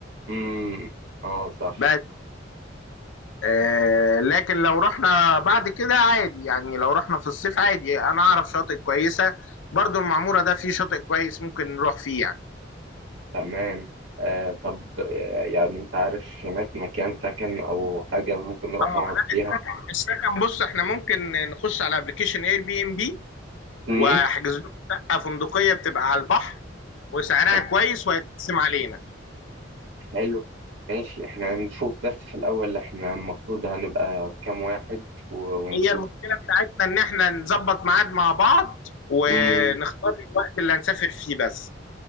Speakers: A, on the right; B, on the left.
A: امم اه صح
B: بس آه، لكن لو رحنا بعد كده عادي يعني لو رحنا في الصيف عادي انا اعرف شاطئ كويسة برضو المعمورة ده فيه شاطئ كويس ممكن نروح فيه يعني
A: تمام آه طب آه يعني أنت عارف هناك مكان سكن أو حاجة ممكن نروح
B: اه
A: نقعد
B: لا
A: فيها؟
B: السكن السكن بص احنا ممكن نخش على ابلكيشن اير بي ام بي
A: امم
B: واحجز لكم شقة فندقية بتبقى على البحر وسعرها
A: طب
B: كويس وهيتقسم علينا
A: حلو ماشي احنا نشوف بس في الأول احنا المفروض هنبقى كام واحد و- ونشوف
B: هي المشكلة بتاعتنا ان احنا نظبط ميعاد مع بعض ونختار
A: امم
B: الوقت اللي هنسافر فيه بس